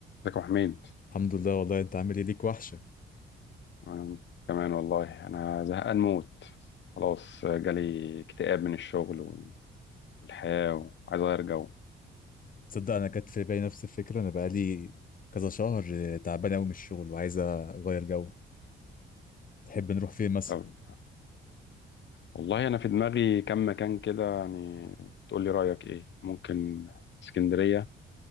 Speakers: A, on the left; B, on the left.
A: ازيك يا حميد
B: الحمد لله والله انت عامل ايه ليك وحشه
A: أنا كمان والله انا زهقان موت خلاص جالي اكتئاب من الشغل وال- والحياة وعايز اغير جو
B: تصدق انا جت في بالي نفس الفكره انا بقالي كذا شهر تعبان قوي من الشغل وعايز اغير جو تحب نروح فين مثلا
A: طب والله انا في دماغي كم مكان كده يعني تقول لي رأيك ايه ممكن اسكندرية